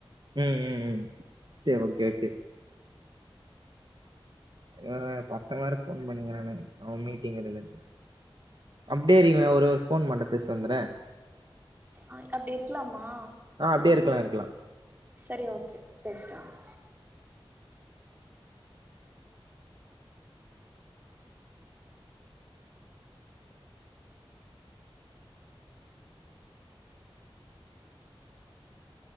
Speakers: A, on the right; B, on the right.
A: ம் ம் ம் செர் ஓக்கே ஓக்கே அ பசங் வேற ஃபோன் பண்ணிணே நானு அவன் மீட்டிங் இடுத்துன்னு அப்டே இருக்கிங்களா ஒரே ஒரு ஃபோன் மட்டு பேசின் வந்துறே
B: அ அப்டி இருக்லாம்மா
A: அ அப்டே இருக்கலா இருக்கலா
B: சரி ஓக்கே பேஸிட்டு வாங்க